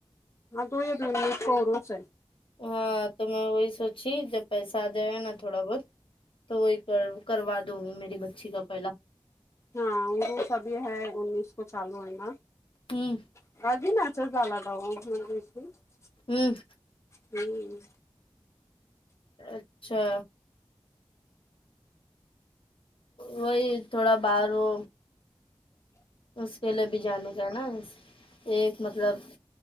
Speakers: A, on the left; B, on the left.
A: ہاں تو یہ اس کو اروس ہے
B: ہاں تو میں وہی سوچی جب پیسہ آ جائے گا نا تھوڑا بہت تو وہی کر کروا دوں گی میری بچی کا پہلا
A: ہاں وہ سبھی ہے انیس کو چالو ہے نا
B: ہمم
A: <unintelligible>
B: ہوں
A: ہوں
B: اچھا وہی تھوڑا باہر وہ اس کے لیے بھی جانے کا نا ایک مطلب